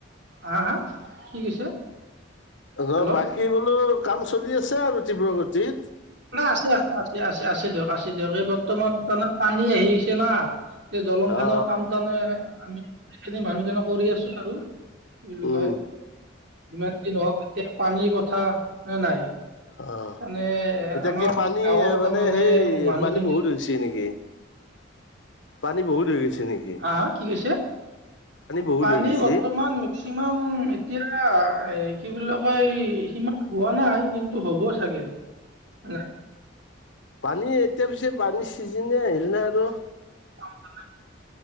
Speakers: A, on the right; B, on the left.
A: হা-হা কি কৈছে?
B: নহ
A: হেল্ল'
B: বাকী বোলো কাম চলি আছে আৰু তীব্ৰগতিত।
A: নাই আছে-আছে-আছে-আছে-আছে দিয়ক - আছে দিয় এই বৰ্তমান তাৰমানে পানী আহিছে না। এই দলংখানৰ
B: অ
A: কাম মানে আমি যিখিনি মানুহজনক কৰি আছো। আৰু কি বুলি
B: উম
A: কয়, যিমান দিন হও যে পানীৰ কথ থা নে নাই।
B: অহ
A: মানে
B: ' এতিয়া
A: আমাৰ
B: কি পানী
A: গাঁৱৰ তাৰমানে
B: মানে, সেই
A: মানুহখিনি
B: পানী বহুত হৈছে নেকি? পানী বহুত হৈ গৈছে নেকি
A: হা-হা কি কৈছে?
B: বহুত
A: পানী
B: হৈ গৈছে
A: বৰ্তমান মেক্সিমাম এতিয়া এই কি বুলি কয়, সিমান হোৱা নাই, কিন্তু হ'ব চাগে না।
B: পানী। এতিয়া পিছে পানীৰ চিজিনে আহিল ন আৰু।
A: <unintelligible>